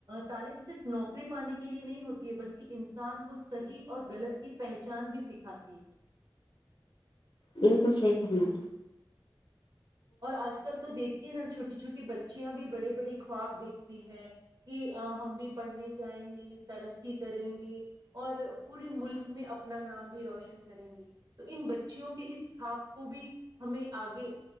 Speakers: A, on the right (about 55°); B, on the left (about 80°).
A: تعلیم صرف نوکری پانے کے لیے نہیں ہوتی ہے بلکہ انسان کو صحیح اور غلط کی پہچان بھی سکھاتی ہے
B: بالکل صحی کرناا
A: اور آج کل تو دیکھ کہ نہ چھوٹی چھوٹی بچیاں بھی بڑے بڑے خواب دیکھتی ہیں کہ ہم بھی پڑھنے جائیں گے ترقی کریں گے اور پورے ملک میں اپنا نام بھی روشن کریں گے تو ان بچیوں کے اس خواب کو بھی ہمیں آگے